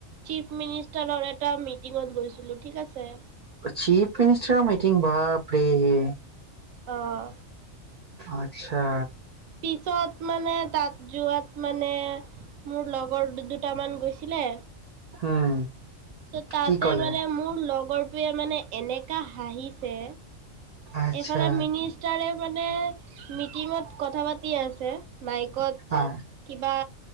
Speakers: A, on the right; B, on the right.
A: চিফ মিনিষ্টাৰৰ এটা মিটিঙত গৈছিলোঁ ঠিক আছে।
B: চিফ মিনিষ্টাৰৰ মিটিং বাপৰে!
A: অ'।
B: আচ্ছা!
A: পিছত মানে, তাত যোৱাত মানে, মোৰ লগৰ দু, দুটামান গৈছিলে।
B: উম!
A: ত' তাতে
B: কি ক'লে
A: মানে, মোৰ লগৰটোৱে মানে, এনেকা হাঁহিছে।
B: আচ্ছা
A: এইফালে মিনিষ্টাৰ মানে মিটিঙত কথা পাতি আছে। মাইকত,
B: আ
A: কিবা